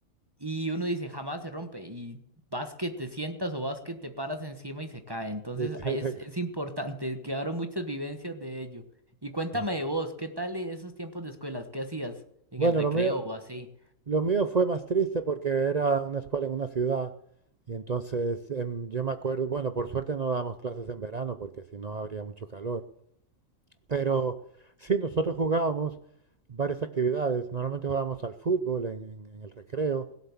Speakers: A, on the right; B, on the right.
A: Y uno dice, jamás se rompe. Y vas que te sientas o vas que te paras encima y se cae. Entonces
B: Y te-
A: ahí
B: te
A: es,
B: <laughs> ca-
A: es importante, que quedaron muchas vivencias de ello. Y cuéntame
B: ma-
A: de vos, ¿qué tal esos tiempos de escuelas? ¿Qué hacías en
B: Bueno,
A: el recreo
B: lo mío,
A: o así?
B: Lo mío fue más triste porque era una escuela en una ciudad y entonces em, yo me acuerdo, bueno, por suerte no dábamos clases en verano porque si no habría mucho calor, pero sí, nosotros jugábamos varias actividades, normalmente jugábamos al fútbol en, en- en el recreo